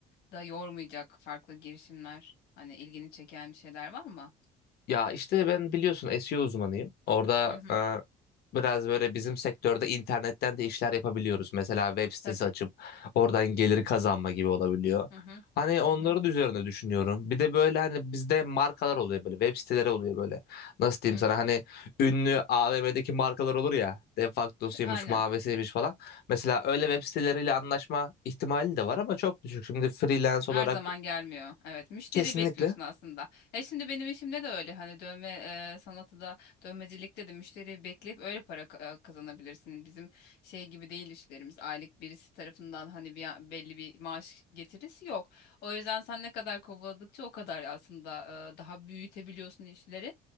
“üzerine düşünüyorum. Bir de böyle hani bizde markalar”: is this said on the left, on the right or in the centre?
Left